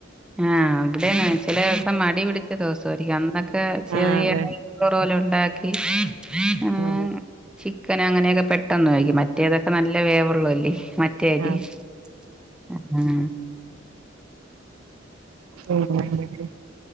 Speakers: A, in the centre; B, on the right.
A: ആഹ് അവിടാണ് ചെല ദിവസം മടി പിടിച്ച ദിവസായിരിക്കും അന്നൊക്കെ ചെറിയ
B: ആ അതെ
A: പി കൊറോല ഒണ്ടാക്കി ആഹ്
B: ആ
A: ചിക്കൻ അങ്ങനെ ഒക്കെ പെട്ടെന്ന് ആയിരിക്കും മറ്റേതൊക്കെ നല്ല വേവൊള്ള അല്ലേ മ കെതീഫ്
B: ആ
A: ആഹ്
B: ഉം നമ്മടെ ഇവിടെ